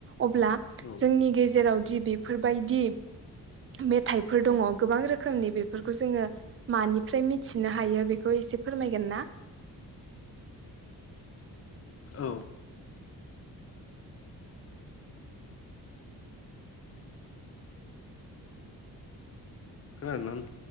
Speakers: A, on the right; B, on the left.
A: अब्ला
B: औ
A: जोंनि गेजेराव दि बेफोरबायदि मेथाइफोर दङ गोबां रोखोमनि बेफोरखौ जोङो मानिफ्राय मिथिनो हायो बेखौ एसे फोरमायगोन ना?
B: औ। खोनादोंना नों